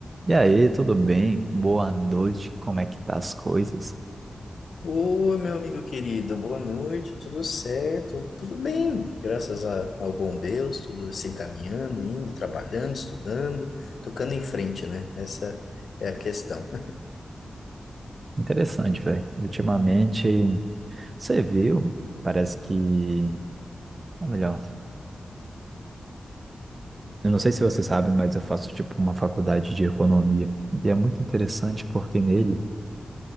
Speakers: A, on the right; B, on the left.
A: E aí, tudo bem? Boa noite, como é que tá as coisas?
B: Oi, meu amigo querido, boa noite, tudo certo? Tudo bem, graças a- ao bom Deus, tudo se encaminhando, indo, trabalhando, estudando, tocando em frente, né? Essa é a questão.
A: Interessante, velho. Ultimamente, você viu, parece que, ou melhor, eu não sei se você sabe, mas eu faço tipo uma faculdade de economia. E é muito interessante porque nele